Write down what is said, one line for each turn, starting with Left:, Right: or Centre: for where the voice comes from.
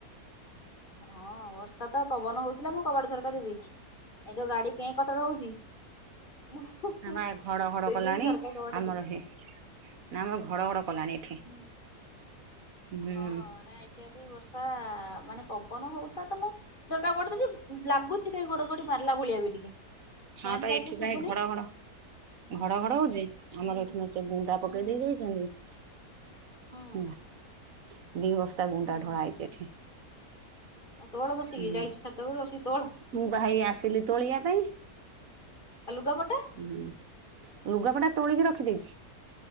Left: ହଁ ବର୍ଷା ତ ପବନ ହୋଉଥିଲା। ମୁଁ କବାଟ ଝରକା ଦେଇଦେଇଚି। ଏ ଯୋଉ ଗାଡି କେଁ କଟର ହୋଉଚି। ମୁଁ
Right: ନାଁ ବା ଘଡ ଘଡ
Left: ସେଇଥିପାଇଁ
Right: କଲାଣି
Left: ଝରକା କବାଟ
Right: ଆମର
Left: ଦେଇଛି।
Right: ହେ ନା ଆମର ଘଡ ଘଡ କଲାଣି ଏଠି।
Left: ଓ
Right: ହୁଁ
Left: ହଁ ନା ଏଠି ଆସିକି ବର୍ଷା ମାନେ ପବନ ହୋଉଥିଲା ତ ମୁଁ ଝରକା କବାଟ ଦେଇଚି ଲାଗୁଚି ସେ ଘଡଘଡି ମାରିଲା ଭଳିଆ ବି ଟିକେ।
Right: ହଁ
Left: ଫ୍ୟାନ
Right: ପା
Left: ଚାଲିଛି
Right: ଏଠି
Left: ଶୁଭୁନି।
Right: ପା ଏଇ ଘଡ ଘଡ ଘଡ ଘଡ ହୋଉଚି
Left: ହୁଁ
Right: ଆମର ଏଠି ମେଞ୍ଚେ ବୁନ୍ଦା ପକେଇ
Left: ହୁଁ
Right: ଦେଇଯାଇଚି। ଜାଣିନି
Left: ହୁଁ
Right: <unintelligible> ଦି ବସ୍ତା ଗୁଣ୍ଡା
Left: ହୁଁ।
Right: ଢଳା ହେଇଚି ଏଠି।
Left: ତୋଳ ବସିକି
Right: ହୁଁ
Left: ଯାଇଛୁ ଛାତ ଉପରକୁ ବସିକି ତୋଳ।
Right: ମୁଁ ଭାଇ ଆସିଲି ତୋଳିବା ପାଇଁ।
Left: ଆଉ ଲୁଗା ପଟା?
Right: ହୁଁ ଲୁଗାପଟା ତୋଳିକି ରଖି ଦେଇଛି।